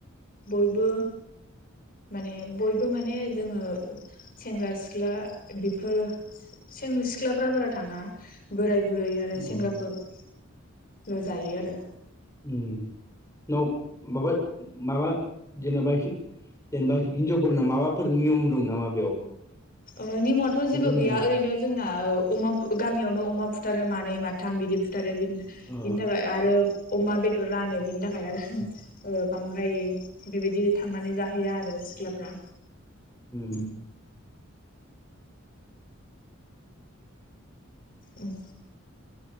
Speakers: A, on the left (about 45°); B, on the left (about 15°).
A: बयबो माने बयबो माने जोङो सेंग्रा-सिख्ला बेफोर सेंग्रख सिख्लाफ्रा बारा थाङा बोराय बुरै आरो
B: उम
A: सेंग्राफोर ल'जायो आरो
B: उम न माबा माबा जेनेबा एसे जेनेबा हिनजावफोरना माबाफोर नियम दं नामा बेयाव?
A: नियमाथ' जेबो
B: एसे फोरमायनो
A: गैया ओरैनो जोंना अमा गामियावनो अमा फुथारो मानै माथाम बिदि फुथारो बिनि बिनि‌
B: अ
A: थाखाय आरो अमा बेदर रानो बिनि थाखाय आरो बांद्राय बेबायदि थांनानै जाहैया आरो सिख्लाफ्रा।
B: उम
A: उम